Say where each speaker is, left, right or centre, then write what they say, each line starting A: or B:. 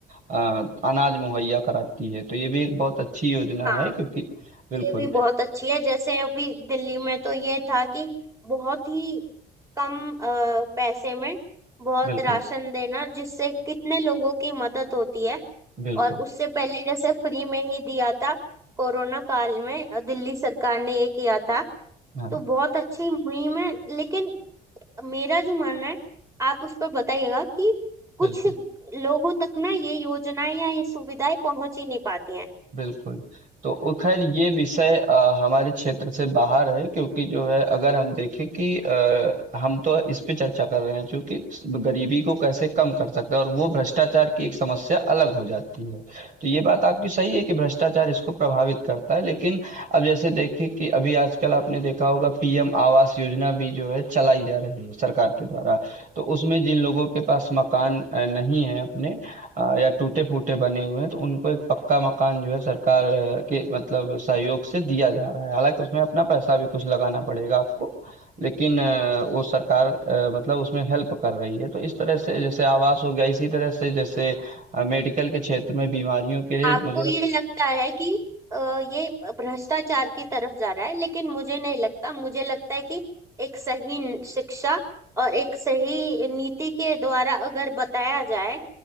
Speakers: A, on the right; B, on the right.
A: अ, अनाज मुहैया कराती है तो ये भी एक बहुत अच्छी योजना
B: हाँ
A: है क्योंकि बिल्कुल
B: ये भी बहुत अच्छी है जैसे अभी दिल्ली में तो ये था कि बहुत ही कम अ, पैसे में बहुत
A: बिल्कुल
B: राशन देना जिससे कितने लोगों की मदद होती है
A: बिल्कुल
B: और उससे पहले जैसे फ्री में ही दिया था कोरोना काल में अ, दिल्ली सरकार ने ये किया था
A: हाँ
B: तो बहुत अच्छी मुहिम है लेकिन मेरा जो मानना है आप उस पर बताइएगा कि कुछ
A: बिल्कुल
B: लोगों तक ना ये योजनाएं या ये सुविधाएं पहुंच ही नहीं पाती हैं
A: बिल्कुल। तो वो ख़ैर ये विषय अ, हमारे क्षेत्र से बाहर है क्योंकि जो है अगर हम देखें कि अ, हम तो इस पे चर्चा कर रहे हैं चूँकि गरीबी को कैसे कम कर सकते हैं और वो भ्रष्टाचार की एक समस्या अलग हो जाती है। तो ये बात आपकी सही है कि भ्रष्टाचार इसको प्रभावित करता है लेकिन अब जैसे देखें कि अभी आजकल आपने देखा होगा पीएम आवास योजना भी जो है चलाई जा रही है सरकार के द्वारा तो उसमें जिन लोगों के पास मकान अ, नहीं है अपने अ, या टूटे फूटे बने हुए हैं तो उनको एक पक्का मकान जो है सरकार अ, के मतलब सहयोग से दिया जा रहा है हालांकि उसमें अपना पैसा भी कुछ लगाना पड़ेगा आपको लेकिन अ, वो सरकार अ, मतलब उसमें हेल्प कर रही है तो इस तरह से जैसे आवास हो गया इसी तरह से जैसे अ, मेडिकल के क्षेत्र में बीमारियों के लिए
B: आपको
A: मुझे लग
B: ये लगता है कि अ, ये भ्रष्टाचार की तरफ जा रहा है लेकिन मुझे नहीं लगता मुझे लगता है कि एक सही शिक्षा और एक सही नीति के द्वारा अगर बताया जाए